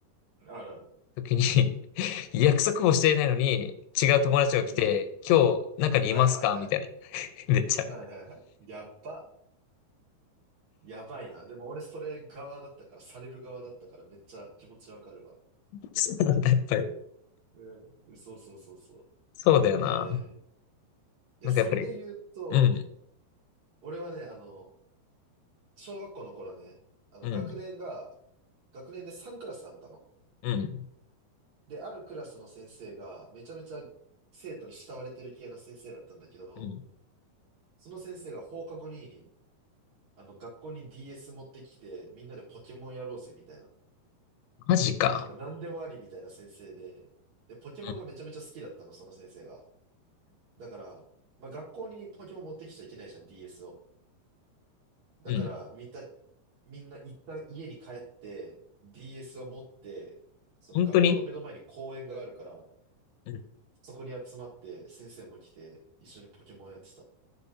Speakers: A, on the right (about 55°); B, on the left (about 85°).
A: あるある。
B: 時に <laughs> 約束もしていないのに、違う友達が来て、
A: うん。
B: 今日中にいますかみたいな。
A: はいはいはい。
B: <laughs> めっちゃある。
A: はいはいはい。やっば。やばいな。でも俺それ側だったから、される側だったからめっちゃ気持ちわかるわ。
B: そうなんだ、やっぱり。
A: うん。そうそうそうそう。
B: そうだよな。
A: あ、ええいや、
B: なんかやっぱり、
A: それで言うと、
B: うん、
A: 俺はね、あの、小学校の頃ね、あの、
B: うん、
A: 学年が、学年で3クラスあったの。
B: うん、
A: で、あるクラスの先生が、めちゃめちゃ生徒に慕われてる系の先生だったんだけど、
B: うん。
A: その先生が放課後に、あの、学校に DS 持ってきて、みんなでポケモンやろうぜ、みたいな。
B: マジか。
A: もうなんか何でもありみたいな先生で、で、ポケモンがめちゃめちゃ好きだったの、
B: うん、
A: その先生が。だから、まあ、学校にポケモン持ってきちゃいけないじゃん、DS を。だから、
B: うん、うん。
A: みた、みんな一旦家に帰って、DS を持って、その学校の目の前に公園があるから、
B: 本当にうん。
A: そこに集まって、先生も来て、一緒にポケモンやってた。